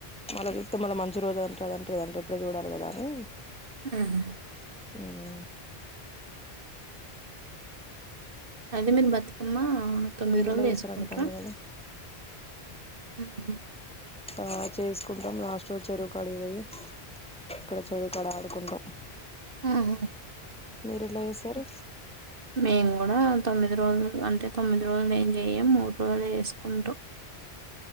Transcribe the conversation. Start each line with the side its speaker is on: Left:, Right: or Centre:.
Centre: మళ్ల చూస్తే మళ్ల మంచి రోజు అంట లేదంటే ఇప్పుడే చూడాల కదా అని
Right: ఉ హు
Centre: హుమ్ హుమ్
Right: అయితే బతుకమ్మ తొమ్మిది రోజులు
Centre: ఎట్లా చేస్తారండి
Right: చేసుకుంట్ర
Centre: పండుగలు
Right: <unintelligible>
Centre: ఆ చేసుకుంటాం లాస్ట్ రోజు చెరువు కాడికి వోయి అక్కడ చెరువు కాడ ఆడుకుంటాం.
Right: ఆహా
Centre: మీరు ఎట్ల చేస్తరు
Right: మేము కూడా తొమ్మిది రోజులు అంటే తొమ్మిది రోజులు ఏం ఏయం మూడు రోజులే ఏసుకుంటం